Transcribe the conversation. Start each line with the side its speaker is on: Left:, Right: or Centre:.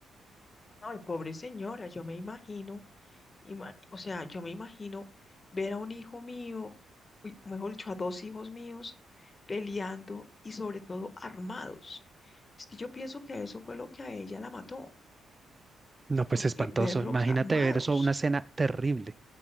Left: Ay, pobre señora, yo me imagino Ima- O sea, yo me imagino ver a un hijo mío, uy, o mejor dicho, a dos hijos míos peleando y sobre todo armados. Es que yo pienso que eso fue lo que a ella la mató,
Right: No, pues
Left: porque
Right: espantoso.
Left: verlos
Right: Imagínate
Left: armados,
Right: ver eso, una escena terrible.